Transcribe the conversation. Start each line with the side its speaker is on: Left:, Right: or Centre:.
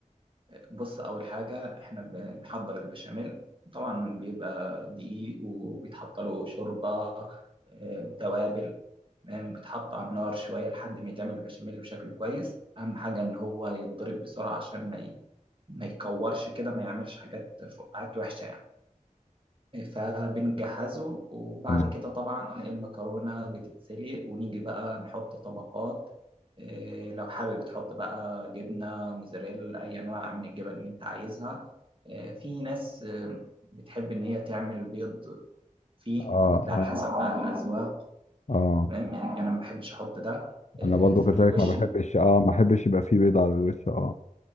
Right: بص اول حاجه احنا بنحضر البشاميل طبعا بيبقى دقيق وبيتحط له شوربه آه، وتوابل تمام بيتحط على النار شويه لحد ما يتعمل البشاميل بشكل كويس اهم حاجه ان هو يتضرب بسرعه عشان ما ي- ما يكورش كده ما يعملش حاجات فقاعات وحشه يعني فبنجهزه وبعد
Left: تمام
Right: كده طبعا المكرونة بتتسلق ونيجي بقى نحط طبقات إيه، لو حابب تحط بقى جبنة موزاريلا أي أنواع من الجبن اللي أنت عايزها إيه، في ناس إيه، بتحب إن هي تعمل بيض فيه
Left: اه
Right: ده على
Left: اه
Right: حسب بقى الأذواق
Left: اه
Right: تمام يعني أنا ما بحبش أحط ده إيه،
Left: انا برضو
Right: في
Left: كذلك
Right: الوش
Left: ما بحبش اه ما بحبش يبقى فيه بيض على الوش اه